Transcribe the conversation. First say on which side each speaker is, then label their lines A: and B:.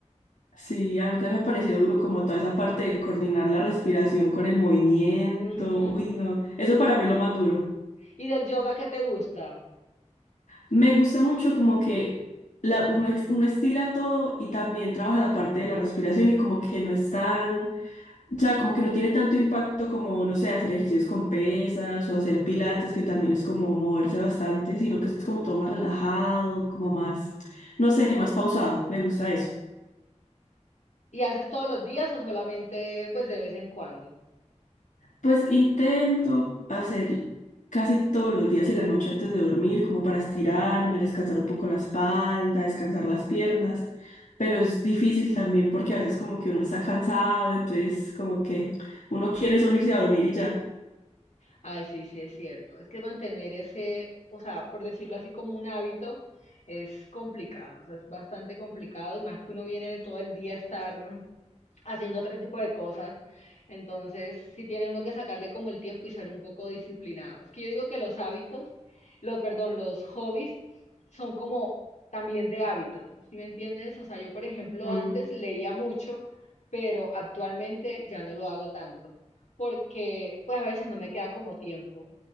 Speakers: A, on the left; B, on the left.
A: Sí, a mí también me pareció duro como toda esa parte de coordinar la respiración con el movimiento.
B: Ujú.
A: Uy, no, eso para mí es lo más duro.
B: ¿Y del yoga qué te gusta?
A: Me gusta mucho como que la, uno, ex- uno estira todo y también trabaja la parte de la respiración y como que no es tan, o sea, como que no tiene tanto impacto como, no sé, hacer ejercicios con pesas o hacer pilates, que también es como moverse bastante, sino que es como todo más relajado, como más, no sé, más pausado. Me gusta eso.
B: ¿Y haces todos los días o solamente pues de vez en cuando?
A: Pues intento hacer casi todos los días en la noche antes de dormir, como para estirarme, descansar un poco la espalda, descansar las piernas, pero es difícil también porque a veces como que uno está cansado, entonces como que uno quiere solo irse a dormir y ya.
B: Ay, sí, sí, es cierto. Es que mantener ese, o sea, por decirlo así como un hábito, es complicado, o sea, es bastante complicado y más que uno viene todo el día a estar haciendo otro tipo de cosas. Entonces, sí tiene uno que sacarle como el tiempo y ser un poco disciplinado. Es que yo digo que los hábitos, los, perdón, los hobbies son como también de hábitos, ¿sí me entiendes? O sea, yo, por ejemplo,
A: Ujú,
B: antes
A: ujú.
B: leía mucho, pero actualmente ya no lo hago tanto porque pues a veces no me queda como tiempo.